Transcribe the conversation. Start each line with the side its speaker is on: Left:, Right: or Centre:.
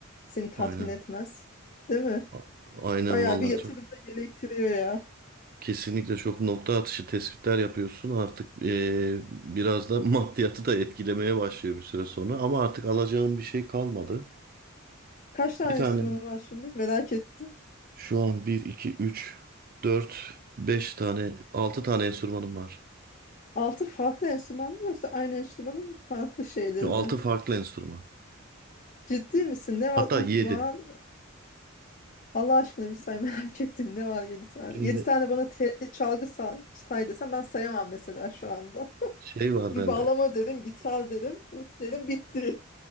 Left: seni tatmin
Right: <laughs> Aynen.
Left: etmez. Değil mi?
Right: A- Aynen
Left: Bayağı
Right: vallahi
Left: bir yatırım
Right: çok.
Left: da gerektiriyor ya.
Right: Kesinlikle çok nokta atışı tespitler yapıyorsun. Artık eee, biraz da <laughs> maddiyatı da etkilemeye başlıyor bir süre sonra. Ama artık alacağım bir şey kalmadı.
Left: Kaç tane
Right: Bir tane
Left: enstrümanın var şimdi? Merak ettim.
Right: şu an bir 2 3 4 5 tane, altı tane enstrümanım var.
Left: Altı farklı enstrüman mı yoksa aynı enstrümanın farklı şeyleri
Right: 6
Left: mi?
Right: farklı enstrüman.
Left: Ciddi misin? Ne var?
Right: Hatta yedi.
Left: Ut var. Allah aşkına bir say merak <laughs> ettim. Ne var yedi tane?
Right: Şimdi
Left: Yedi tane bana telli çalgı say, say desem ben sayamam mesela şu anda. <laughs>
Right: şey var
Left: Bir
Right: bende.
Left: bağlama dedim, gitar dedim, ut dedim bitti.